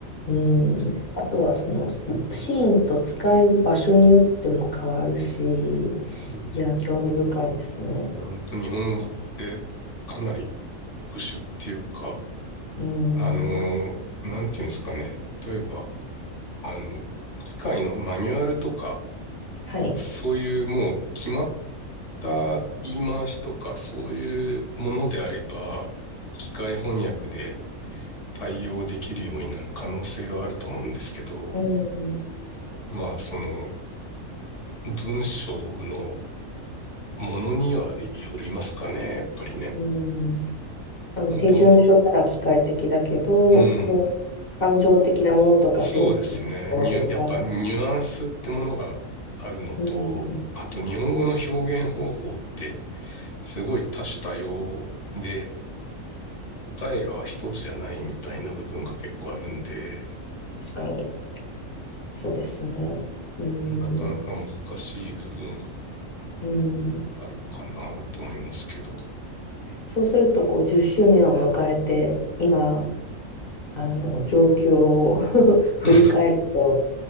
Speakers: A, on the left; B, on the left.
A: うん、
B: そうですね。
A: あとはそのシーンと使う場所によっても変わるし
B: うん、
A: いや興味深いですね。
B: いや本当日本語ってかなり特殊っていうか、
A: うん、
B: あの、なんていうんですかね。例えば、あの、機械のマニュアルとか、
A: はい、
B: そういうもう決まっった言い回しとかそういうものであれば、機械翻訳で対応できるようになる可能性はあると思うんですけど、
A: うん、
B: まあその文章のものにはよりますかね、やっぱりね。
A: うんあの手順書なら機械的だけど、
B: 本当、うん、
A: こう、感情的なものとか、
B: そうですね。
A: センス的なものとか、
B: ニュやっぱニュアンスってものがあるのと、
A: うん、
B: あと日本語の表現方法ってすごい多種多様で、答えは一つじゃないみたいな部分が結構あるんで、
A: 確かに、そうですね。うん、
B: なかなか難しい部分が
A: うん、
B: あるかなと思いますけど。
A: そうすると、こう、10周年を迎えて、今、あの、状況を <laughs> 振り返ると、
B: <laughs>